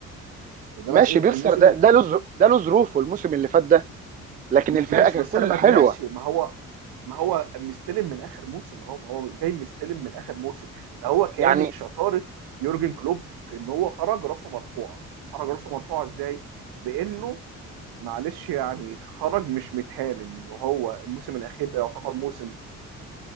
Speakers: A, on the right (about 65°); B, on the right (about 20°).
A: من زمان
B: ماشي
A: ايه
B: بيخسر
A: الموسم
B: ده ده له ظرو- ده له ظروفه الموسم اللي فات ده لكن
A: لا،
B: الفرقه
A: ماشي
B: ككل
A: بس انا ما-
B: حلوه
A: ماشي ما هو ما هو مستلم من اخر موسم ما هو ما هو جاي مستلم من اخر موسم ده هو كانت
B: يعني
A: شطاره يورجن كلوب في ان هو خرج راسه مرفوعه خرج راسه مرفوعه ازاي بانه معلش يعني خرج مش متهان ان هو الموسم الاخير ده يعتبر موسم